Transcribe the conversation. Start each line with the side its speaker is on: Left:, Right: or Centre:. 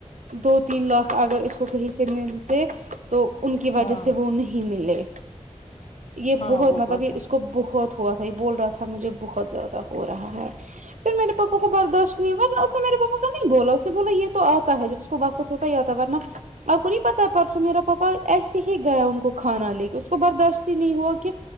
Right: دو تین لاکھ اگر اس کو کہیں سے ملتے تو ان کی وجہ
Left: ہاں
Right: سے وہ نہیں ملے یہ
Left: ہاں
Right: بہت
Left: وہ
Right: مطلب
Left: بات
Right: یہ
Left: تو-
Right: اس کو بہت ہوا تھا یہ بول رہا تھا مجھے بہت زیادہ ہو رہا ہے پھر میرے پاپا کو برداشت نہیں اس نے میرے پاپا کا نہیں بولا اس نے بولا یہ تو آ ہوتا جب اس کو وقت ہوتا ہی یاتا ورنہ آب کو نہیں پتا پرسوں میرا پاپا ایسے ہی گیا ان کو کھانا لے کے اس کو برداشت ہی نہیں ہوا کہ